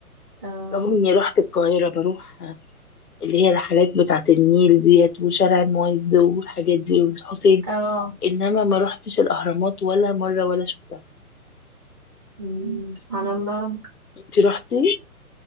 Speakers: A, on the right; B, on the left.
A: اه
B: رغم اني رحت القاهره بروح اللي هي الرحلات بتاعه النيل ديت وشارع المعز والحاجات دي والحسين
A: اه
B: انما ما رحتش الاهرامات ولا مره ولا شفتها
A: أمم، سبحان الله
B: انت رحتي